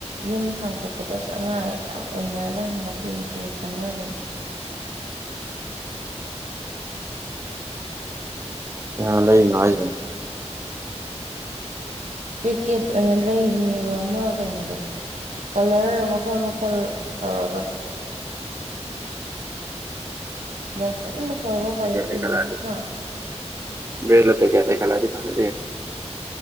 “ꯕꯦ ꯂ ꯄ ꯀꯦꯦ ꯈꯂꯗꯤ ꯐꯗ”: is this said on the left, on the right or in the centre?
Right